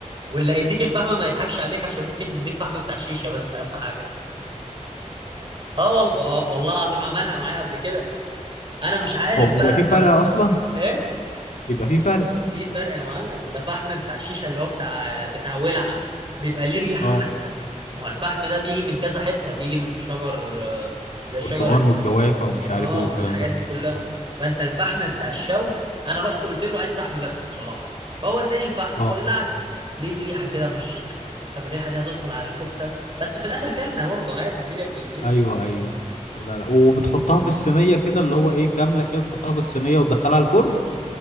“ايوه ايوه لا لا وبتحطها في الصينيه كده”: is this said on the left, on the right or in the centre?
Left